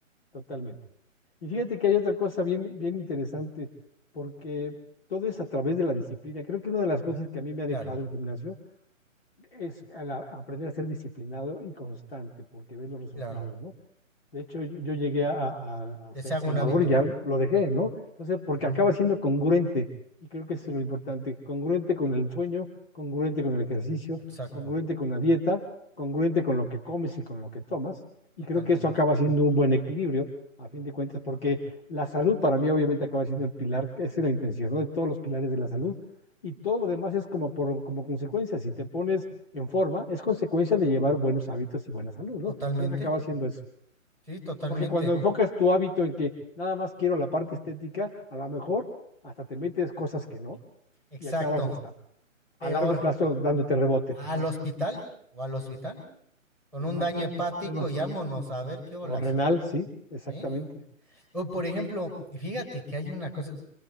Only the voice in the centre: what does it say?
Claro,
claro.
Que
se haga
un hábito,
¿no?
Ujú,
Exacto,
totalmente.
Totalmente,
sí, totalmente.
Exacto,
peor.
Al
hospital o al hospital con
un daño hepático
y vámonos a ver qué olas.
¿eh? O por ejemplo, fíjate que hay una cosa,